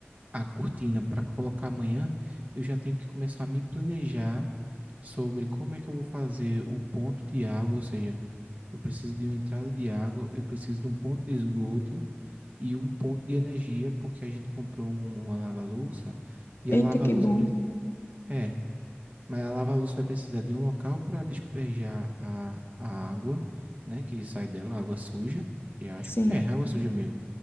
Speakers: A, on the right; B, on the left.
A: a cortina para colocar amanhã, eu já tenho que começar a me planejar sobre como é que eu vou fazer o ponto de água, ou seja, eu preciso de uma entrada de água, eu preciso de um ponto de esgoto e um ponto de energia, porque a gente comprou um- uma lava-louça e
B: Eita,
A: a lava-louça
B: que bom.
A: pre- é, Mas a lava-luz vai precisar de um local para despejar a, a água, né? Que sai dela, água suja, entre aspas.
B: Sim,
A: É, água suja mesmo.